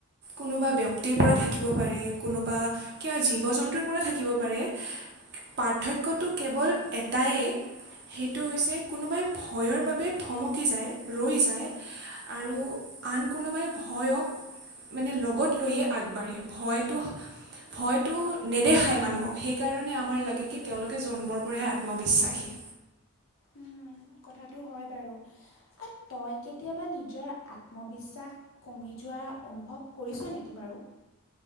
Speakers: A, on the right; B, on the left.
A: কোনোবা ব্যক্তিৰ পৰা থাকিব পাৰে কোনোবা কিবা জীৱ জন্তুৰ পৰা থাকিব পাৰে পাৰ্থক্যটো কেৱল এটায়েই সেইটো হৈছে কোনোবাই ভয়ৰ বাবে থমকি যায় ৰৈ যায় আৰু আন কোনোবাই ভয়ক মানে লগত লৈয়ে আগবাঢ়ে ভয়টো ভয়তো নেদেখায় মানুহক সেইকাৰণে আমাৰ লাগে কি তেওঁলোকে জন্মৰ পৰাই আ আত্মবিশ্বাসী,
B: উম, কথাটো হয় বাৰু আৰু তই কেতিয়াবা নিজৰ আত্মবিশ্বাস কমি। যোৱা অনুভৱ কৰিছ নেকি বাৰু